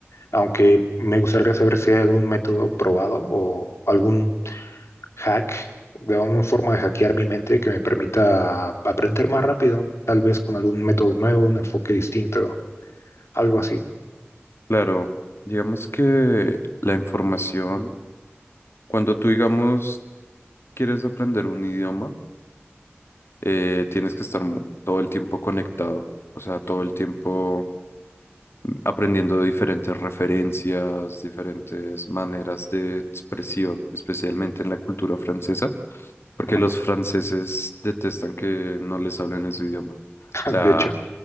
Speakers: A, on the left (about 85°); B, on the left (about 65°).
A: aunque me gustaría saber si hay algún método probado o algún hack, de alguna forma de hackear mi mente que me permita aprender más rápido, tal vez con algún método nuevo, un enfoque distinto, algo así.
B: Claro, digamos que la información, cuando tú, digamos, quieres aprender un idioma, eh, tienes que estar mu- todo el tiempo conectado, o sea, todo el tiempo aprendiendo de diferentes referencias, diferentes maneras de expresión, especialmente en la cultura francesa, porque
A: Ujú.
B: los franceses detestan que no les hablen en su idioma. O
A: <laughs>
B: sea,
A: De hecho,